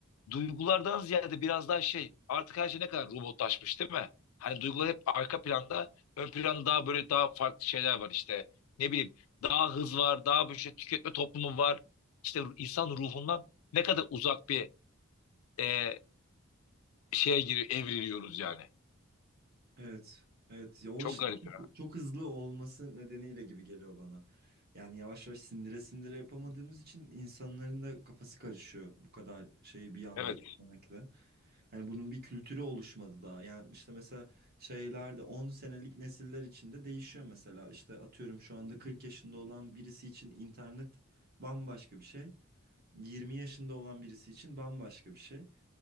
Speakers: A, on the left; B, on the right.
A: duygulardan ziyade biraz daha şey artık her şey ne kadar robotlaşmış değil mi? Hani duygular hep arka planda ön planda daha böyle daha farklı şeyler var işte ne bileyim daha hız var daha böyle şey tüketme toplumu var işte insan ruhundan ne kadar uzak bir e, şeye giriyor, evriliyoruz yani.
B: Evet. Evet. Ya o
A: Çok
B: işte
A: garip ya.
B: çok, çok hızlı olması nedeniyle gibi geliyor bana. Yani yavaş yavaş sindire sindire yapamadığımız için insanların da kafası karışıyor bu kadar şeyi bir anda
A: Evet.
B: izlemekle. Hani bunun bir kültürü oluşmadı daha. Yani işte mesela şeyler de 10 senelik nesiller içinde değişiyor mesela. İşte atıyorum şu anda 40 yaşında olan birisi için internet bambaşka bir şey. 20 yaşında olan birisi için bambaşka bir şey.